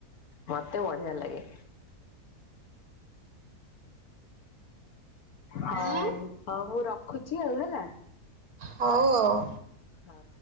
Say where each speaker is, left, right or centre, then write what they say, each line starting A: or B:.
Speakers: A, on the left; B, on the right.
A: ମୋତେ ବଢିଆ ଲାଗେ। ହ‌ଉ
B: ଉଁ
A: ହ‌ଉ ମୁଁ ରଖୁଛି ଆଉ ହେଲା।
B: ହଉ ଆଉ।
A: ହଁ।